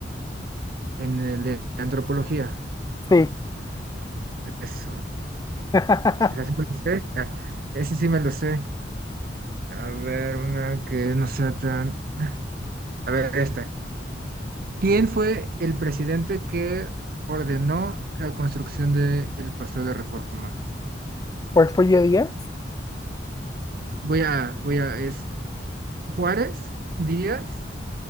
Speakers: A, on the right (about 55°); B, on the left (about 20°).
A: En el de antropología.
B: Sí.
A: Eso.
B: <laughs>
A: Esa sí me lo sé. Ah, Ese sí me lo sé. A ver, una que no sea tan. A ver, esta. ¿Quién fue el presidente que ordenó la construcción del Paseo de Reforma?
B: Porfirio Díaz,
A: Voy a, voy a, es Juárez, Díaz,